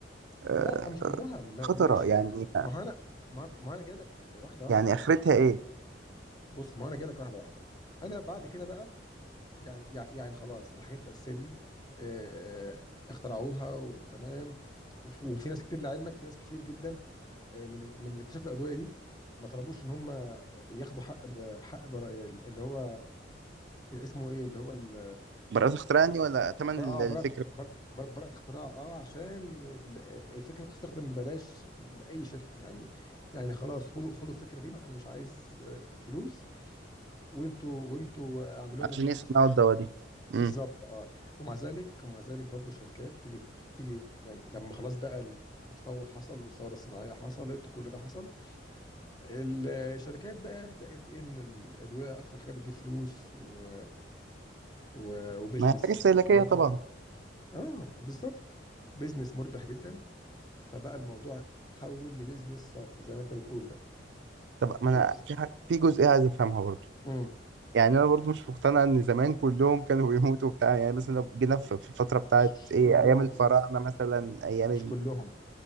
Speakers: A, on the right; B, on the left.
A: آه،
B: لا مش كلها ما-
A: خطره
B: ماشي
A: يعني
B: ما هو انا ما ما انا جاي لك واحده واحده
A: يعني
B: ما
A: اخرتها ايه
B: بص ما هو انا جاي لك واحده واحده انا بعد كده بقى يعني يعني يعني خلاص الحاجات الأساسية دي آه، اخترعوها و- وتمام وف- وفي ناس كتير لعلمك في ناس كتير جدا آه، من ال- من اللي اكتشفوا الأدوية دي ما طلبوش ان هم ياخدوا حق ب- حق براءة اللي هو اسمه ايه اللي هو ال-
A: براءة اختراع يعني ولا ثمن
B: بر-
A: ال-
B: اه
A: الفكر
B: براءة براءة بر- بر- براءة اختراع اه عشان ال- الفكرة تستخدم ببلاش لأي شركة يعني يعني خلاص خدوا خدوا الفكرة دي انا مش عايز آه، فلوس وانتوا وانتوا اعملوها
A: عشان
B: للناس
A: يصنعوا
B: عشان
A: الدواء دي
B: بالظبط
A: امم
B: اه ومع ذلك ومع ذلك برضو الشركات تيجي تيجي يعني لما خلاص بقى التطور حصل والثوره الصناعيه حصلت وكل ده حصل الشركات بقى لقيت إيه، ان الادويه اكتر حاجه بتجيب فلوس و... و... وبزنس
A: ما هي حاجه استهلاكيه
B: مربح
A: طبعا
B: اه بالظبط بزنس مربح جدا فبقى الموضوع تحول لبزنس صافي زي ما انت بتقول بقى
A: طب ما
B: خلاص
A: انا في حاجة في جزئيه عايز افهمها برضو
B: امم
A: يعني انا برضو مش مقتنع ان زمان كلهم كانوا بيموتوا وبتاع يعني مثلا لو جينا في في الفتره بتاعت
B: مش
A: ايه
B: كلهم
A: ايام الفراعنه
B: بس
A: مثلا ايام
B: مش كلهم